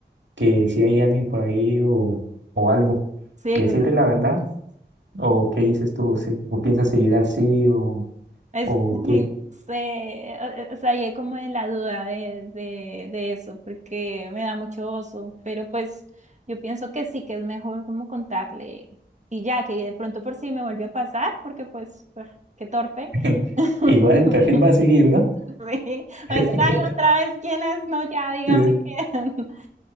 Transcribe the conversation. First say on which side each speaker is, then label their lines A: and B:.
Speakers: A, on the right (about 80°); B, on the right (about 40°).
A: que si hay alguien por ahí o, o algo
B: Sí,
A: y decirle
B: que
A: la verdad o qué dices tú, si, o piensas seguir así o,
B: Es,
A: o
B: <laughs>
A: qué.
B: sé, o o sea, yo como en la duda de, de, de eso, porque me da mucho oso, pero pues yo pienso que sí, que es mejor como contarle y ya, que de pronto por sí me volvió a pasar, porque pues, ah, qué torpe.
A: <laughs>
B: <laughs>
A: Igual el perfil va a seguir, ¿no?
B: Sí,
A: <laughs>
B: va a decir, ay, otra vez, ¿quién es? No, ya, dígame
A: Sí.
B: quién. <laughs>